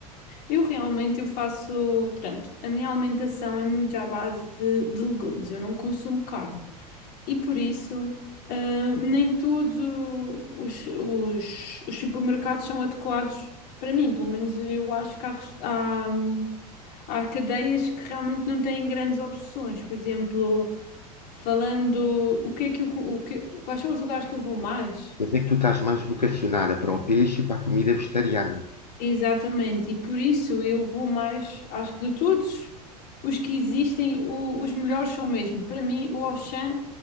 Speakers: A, on the left; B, on the left.
A: eu realmente eu faço, portanto, a minha alimentação é muito à base de, de legumes, eu não consumo carne e por isso ah, nem todos os, os, os supermercados são adequados para mim, pelo menos eu acho que há, rest- há hum, Há cadeias que realmente não têm grandes opções. Por exemplo, falando o que é que eu, o que- quais são os lugares que eu vou mais?
B: Quer dizer que tu estás mais vocacionada para o peixe e para a comida vegetariana.
A: Exatamente, e por isso eu vou mais, acho que de todos os que existem, o- os melhores são mesmo, para mim, o Auchan